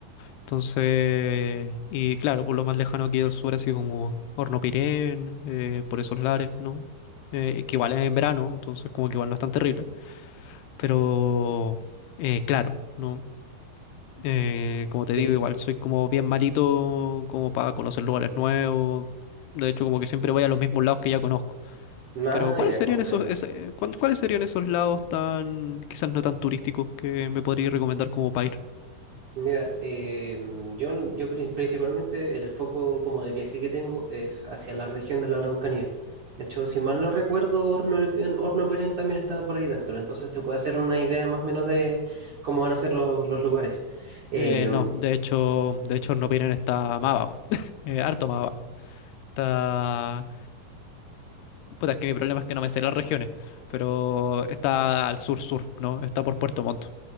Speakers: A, on the left; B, on the right.
A: Entonces, y claro, por lo más lejano aquí del sur, así como Hornopirén, eh, por esos lares, ¿no? Eh, que igual es en verano, entonces como que igual no es tan terrible. Pero, eh, claro, ¿no? Eh, como te
B: Sí,
A: digo, igual soy como bien malito como para conocer lugares nuevos. De hecho, como que siempre voy a los mismos lados que ya conozco.
B: nada,
A: Pero, ¿cuáles
B: ya
A: serían
B: comprendo.
A: esos, ese- cuán- cuáles serían esos lados tan, quizás no tan turísticos que me podrías recomendar como para ir?
B: Mira, eh, yo, yo prin- principalmente el foco como de viaje que tengo es hacia la región de la Araucanía. De hecho, si mal no recuerdo, Horno, en- Horno Pirén también estaba por ahí dentro, entonces te puede hacer una idea más o menos de cómo van a ser los, los lugares. Eh,
A: Eh, no, de hecho, de hecho Nopiren está más abajo, <laughs> eh, harto más abajo. Está... Puta, es que mi problema es que no me sé las regiones, pero está al sur-sur, ¿no? Está por Puerto Montt.